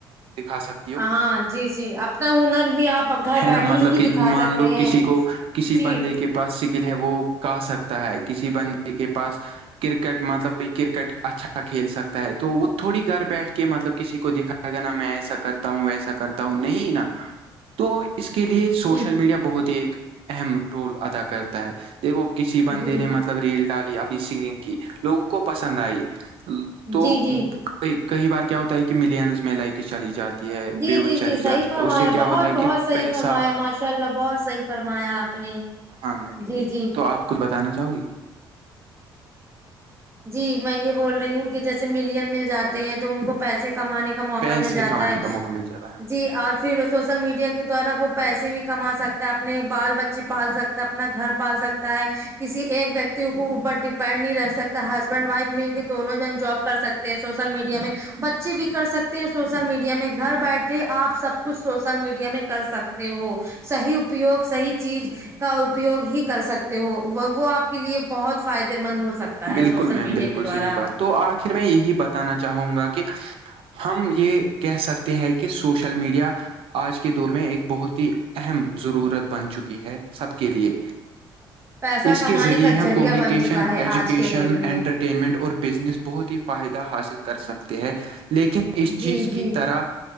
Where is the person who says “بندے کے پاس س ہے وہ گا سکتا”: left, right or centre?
Right